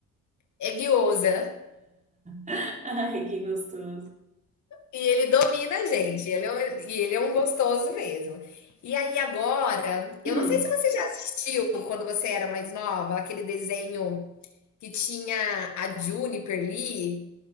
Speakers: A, on the left; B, on the right.
A: é guiosa,
B: <laughs> Ai, que gostoso.
A: E ele domina a gente, ele é um- e ele é um gostoso mesmo. E aí agora,
B: Hum,
A: eu não sei se você já assistiu quando você era mais nova, aquele desenho que tinha a Juniper Lee.